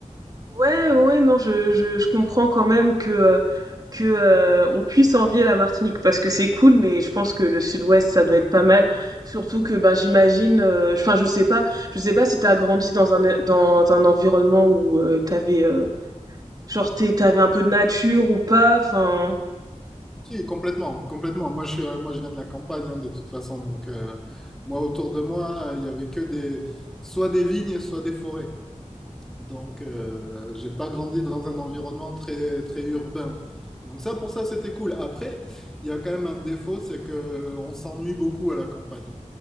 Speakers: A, on the right (about 30°); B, in the centre.
A: Ouais, ouais, ouais, non, je, je, je comprends quand même que, euh, que, euh, on puisse envier la Martinique parce que c'est cool, mais je pense que le Sud-Ouest, ça doit être pas mal. Surtout que, ben, j'imagine, euh, enfin, je sais pas, je sais pas si t'as grandi dans un, dans un environnement où euh, t'avais, euh, genre, t'es- t'avais un peu de nature ou pas, enfin,
B: Si, complètement, complètement. Moi, je suis, euh, moi, je viens de la campagne, hein, de toute façon. Donc, euh, moi, autour de moi, euh, il y avait que des, soit des vignes, soit des forêts. Donc, euh, j'ai pas grandi dans un environnement très, très urbain. Donc, ça, pour ça, c'était cool. Après, il y a quand même un défaut, c'est que euh, on s'ennuie beaucoup à la campagne.